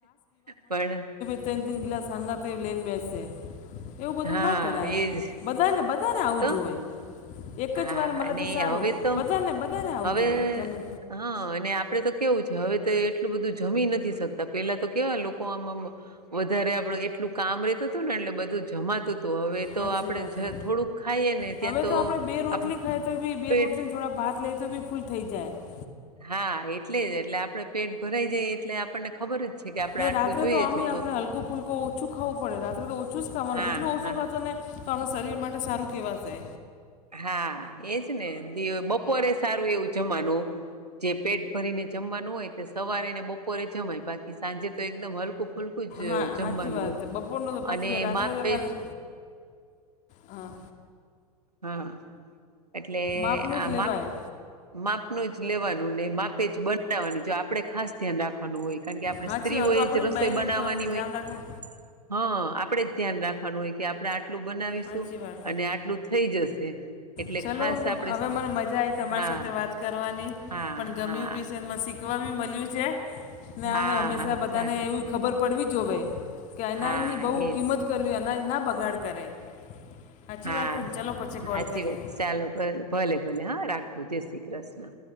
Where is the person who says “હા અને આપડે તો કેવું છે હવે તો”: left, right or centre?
Right